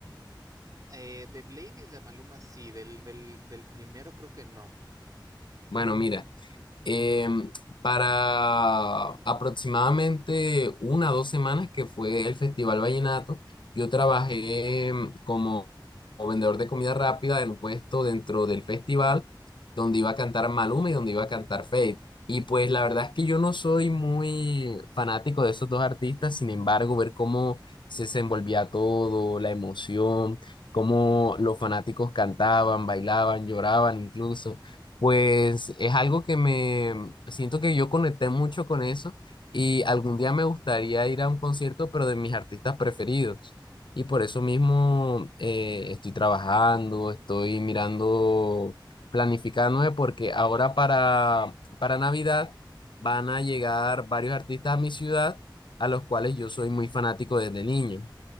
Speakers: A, on the right; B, on the left.
A: Eh, de Blade y de Maluma, sí, del, del, del primero creo que no.
B: Bueno, mira. em, para aproximadamente una o dos semanas que fue el Festival Vallenato, yo trabajé em, como, como vendedor de comida rápida en un puesto dentro del festival donde iba a cantar Maluma y donde iba a cantar Feid. Y pues la verdad es que yo no soy muy fanático de esos dos artistas, sin embargo, ver cómo se desenvolvía todo, la emoción, cómo los fanáticos cantaban, bailaban, lloraban incluso. Pues es algo que me siento que yo conecté mucho con eso y algún día me gustaría ir a un concierto, pero de mis artistas preferidos. Y por eso mismo eh, estoy trabajando, estoy mirando, planificándome, porque ahora para, para Navidad van a llegar varios artistas a mi ciudad, a los cuales yo soy muy fanático desde niño.